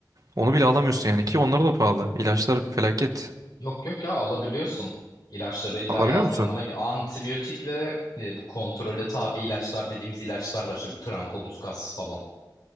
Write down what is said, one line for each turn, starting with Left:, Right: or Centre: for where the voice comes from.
Right: Onu bile alamıyorsun yani ki onlar da pahalı. İlaçlar felaket.
Left: Yok yok ya alabiliyorsun. İlaçları illa
Right: Alabiliyor
Left: yazdırmana
Right: musun?
Left: antibiyotik ve e, bu kontrole tabi ilaçlar dediğimiz ilaçlar var işte bu trankobus falan.